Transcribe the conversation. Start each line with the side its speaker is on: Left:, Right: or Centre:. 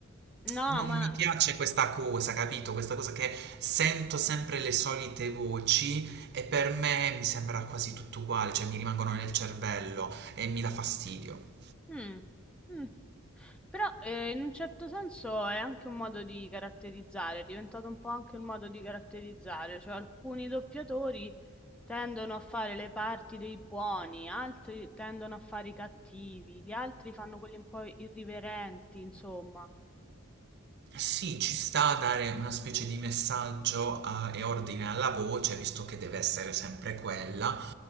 Centre: No,
Right: non
Centre: ma
Right: mi piace questa cosa, capito? Questa cosa che sento sempre le solite voci e per me mi sembra quasi tutto uguale, cioè mi rimangono nel cervello e mi dà fastidio.
Centre: Mh, mh. Però, ehm, in un certo senso è anche un modo di caratterizzare, è diventato un po' anche un modo di caratterizzare, cioè alcuni doppiatori tendono a fare le parti dei buoni, altri tendono a fare i cattivi, gli altri fanno quelli un po' irriverenti, insomma.
Right: Sì, ci sta a dare una specie di messaggio a- e ordine alla voce, visto che deve essere sempre quella,